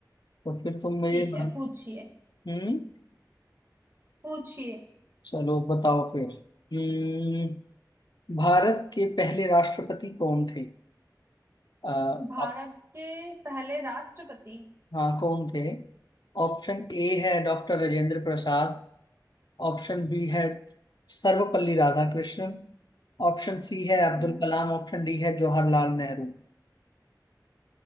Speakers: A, on the left (about 75°); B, on the right (about 35°).
A: तो फिर तुम
B: ठीक
A: ये बना
B: है पूछिए
A: हम्म
B: पूछिए
A: चलो बताओ फिर हम्म भारत के पहले राष्ट्रपति कौन थे आ,
B: भारत
A: आप
B: के पहले राष्ट्रपति
A: हाँ कौन थे ऑप्शन ए है doctor Rajendra Prasad option B है सर्वपल्ली राधाकृष्णन ऑप्शन सी है अब्दुल
B: हम्म
A: कलाम ऑप्शन डी है जवाहरलाल नेहरू